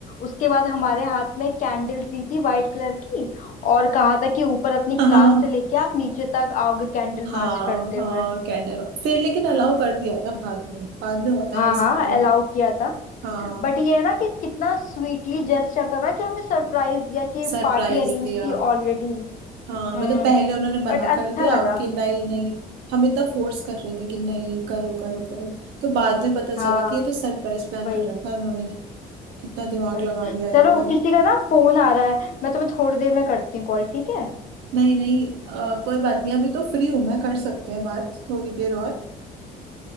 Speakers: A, on the left (about 50°); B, on the right (about 80°).
A: उसके बाद हमारे हाथ में कैंडल्स दी थी वाइट कलर की और कहा था कि ऊपर अपनी
B: <laughs>
A: क्लास से लेके आप नीचे तक आओगे कैंडल
B: हाँ
A: मार्च करते
B: हाँ
A: हुए
B: कैंडल फिर लेकिन अलाउ कर दिया था बाद में बाद में हुआ था
A: हाँ
B: ये
A: हाँ
B: सब तो
A: अलाउ किया था
B: हाँ
A: बट ये है ना कि कितना स्वीटली जेस्चर था ना कि हमें सरप्राइज दिया कि
B: सरप्राइज
A: पार्टी अरेंज
B: दिया
A: थी ऑलरेडी
B: हाँ
A: हम्म
B: मतलब पहले उन्होंने मना
A: बट
B: कर
A: अच्छा
B: दिया
A: लगा
B: कि नहीं नहीं हम इतना फोर्स कर रहे थे कि नहीं करो करो करो तो बाद में पता चला
A: हाँ
B: कि ये तो सरप्राइज प्लान
A: वही
B: कर रखा है उन्होंने कितना दिमाग
A: वही
B: लगा दिया यार
A: चलो किसी का ना फोन आ रहा है मैं तुम्हें थोड़ी देर में करती हूँ कॉल ठीक है
B: नहीं नहीं अ, कोई बात नहीं अभी तो फ्री हूँ मैं कर सकते हैं बात थोड़ी देर और